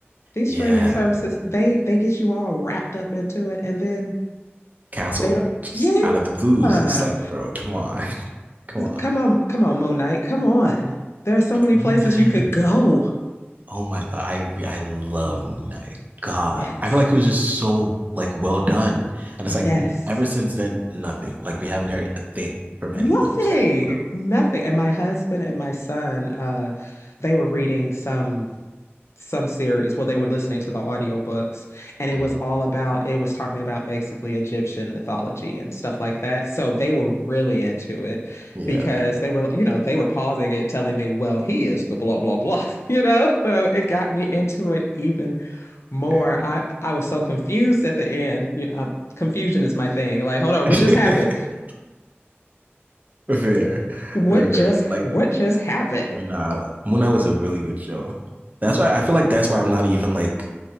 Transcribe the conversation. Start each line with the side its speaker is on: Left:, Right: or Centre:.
Left: these
Right: Yeah.
Left: streaming services, they they get you all wrapped up into it, and then
Right: Canceled.
Left: they don't.
Right: Just
Left: Yeah,
Right: out of the blues.
Left: because
Right: It's like, bro, come on. <laughs> Come on.
Left: come on, come on, Moon Knight, come on. There are so many
Right: Moon
Left: places
Right: Knight.
Left: you could go.
Right: Oh my God, I re I loved Moon Knight. God,
Left: Yes,
Right: I feel like it was just so like well done, and
Left: yes.
Right: it's like n- ever since then, nothing. Like we haven't heard a thing from anyone.
Left: Nothing,
Right: So It's just like, wow.
Left: nothing. And my husband and my son, uh, they were reading some some series Well, they were listening to the audiobooks and it
Right: Mm,
Left: was all about it was talking about basically Egyptian mythology and stuff like that. So they were really into it
Right: yeah,
Left: because they were you know they were pausing it telling me well he is the blah blah blah <laughs> you know so it got me into it even more.
Right: <laughs> fair,
Left: I I was so confused at the end. You know, I'm, confusion is my thing. Like hold on,
Right: <laughs>
Left: what just happened?
Right: fair,
Left: What
Right: fair,
Left: just
Right: fair. Like,
Left: what just happened?
Right: but nah, Moon Knight was a really good show. That's why I feel like that's why I'm not even like